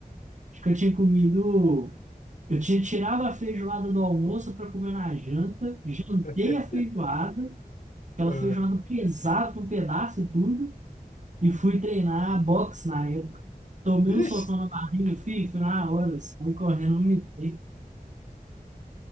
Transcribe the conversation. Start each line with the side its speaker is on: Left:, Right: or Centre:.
Right: acho que eu tinha comido, eu tinha tirado a feijoada do almoço pra comer na janta, jantei
Left: <laughs>
Right: a feijoada, aquela
Left: Ah,
Right: feijoada pesada com pedaço e tudo, e fui treinar boxe na época. Tomei um
Left: Ixi,
Right: socão na barriga, filho, fui na hora, saí correndo, não me dei.